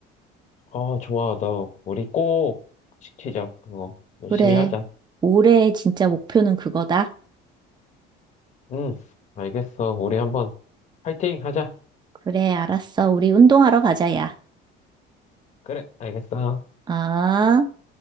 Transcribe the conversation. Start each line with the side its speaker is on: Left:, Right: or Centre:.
Left: 아, 좋아. 나 우리 꼭 지키자. 그거 열심히
Right: 그래.
Left: 하자.
Right: 올해 진짜 목표는 그거다.
Left: 응, 알겠어. 우리 한번 파이팅 하자.
Right: 그래, 알았어. 우리 운동하러 가자, 야.
Left: 그래, 알겠어.
Right: 아.